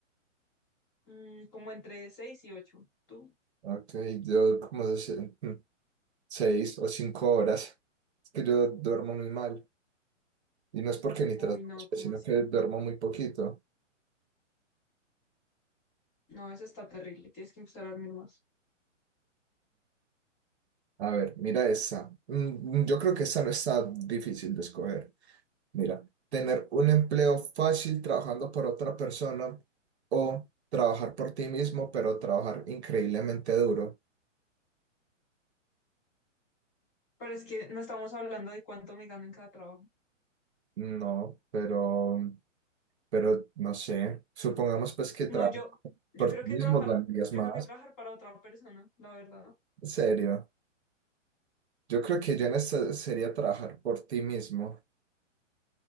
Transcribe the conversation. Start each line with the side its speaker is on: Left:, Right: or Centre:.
Left: Mm, como entre 6 y ocho ¿Tú?
Right: Ok, yo como se- mm, seis o cinco horas. Es que yo duermo muy mal. Y no es porque ni
Left: Uy,
Right: trasnoche,
Left: no, ¿cómo
Right: sino
Left: así?
Right: que duermo muy poquito.
Left: No, eso está terrible, tienes que empezar a dormir más.
Right: A ver, mira esa. Mm, Yo creo que esa no está difícil de escoger. Mira, tener un empleo fácil trabajando por otra persona o trabajar por ti mismo, pero trabajar increíblemente duro.
Left: Pero es que no estamos hablando de cuánto me gano en cada trabajo.
Right: No, pero, pero no sé. Supongamos pues que trabajar
Left: No, yo, yo
Right: por
Left: creo
Right: ti
Left: que
Right: mismo
Left: trabajar,
Right: ganarías
Left: yo
Right: más.
Left: creo que trabajar para otra persona, la verdad.
Right: En serio. Yo creo que yo en esta sería trabajar por ti mismo.